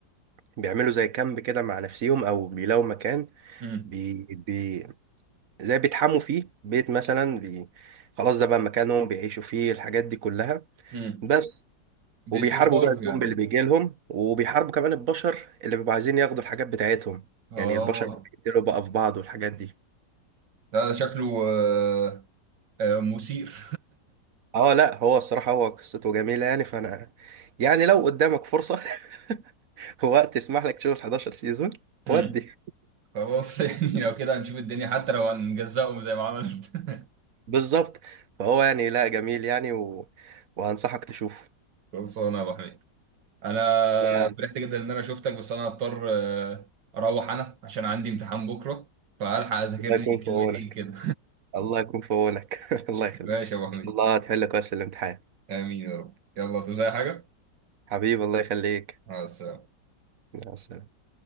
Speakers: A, on the right; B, on the right.
A: بيعملوا زي كامب كده مع نفسيهم او بيلاقوا مكان
B: امم
A: بي... بي... زي بيتحموا فيه بيت مثلا بي... خلاص ده بقى مكانهم بيعيشوا فيه الحاجات دي كلها
B: امم
A: بس
B: بيسيرفايف
A: وبيحاربوا بقى الزومبي
B: يعني
A: اللي بيجي لهم وبيحاربوا كمان البشر اللي بيبقوا عايزين ياخدوا الحاجات بتاعتهم
B: اه
A: يعني البشر بيقتلوا بقى في بعض والحاجات دي
B: لا ده شكله آه، آه، مثير
A: اه لا هو الصراحة هو قصته جميلة يعني فانا يعني لو قدامك فرصة <laughs> ووقت يسمح لك تشوف ال 11 سيزون
B: <laughs> مم.
A: ودي
B: خلاص <laughs> يعني لو كده هنشوف الدنيا حتى لو هنجزقهم زي ما عملت <laughs>
A: بالظبط فهو يعني لا جميل يعني و... وهنصحك تشوفه
B: خلصانه يا ابو حميد انا
A: يا
B: فرحت جدا ان انا شفتك بس انا هضطر آه، اروح انا عشان عندي امتحان بكره فالحق اذاكر
A: الله
B: لي
A: يكون
B: كلمتين
A: في عونك
B: كده
A: الله يكون في عونك <laughs>
B: <laughs>
A: الله يخليك
B: ماشي
A: ان
B: يا ابو حميد
A: شاء الله هتحل كويس الامتحان
B: امين يا رب يلا عاوز اي حاجه
A: حبيبي الله يخليك
B: مع السلامه
A: مع السلامة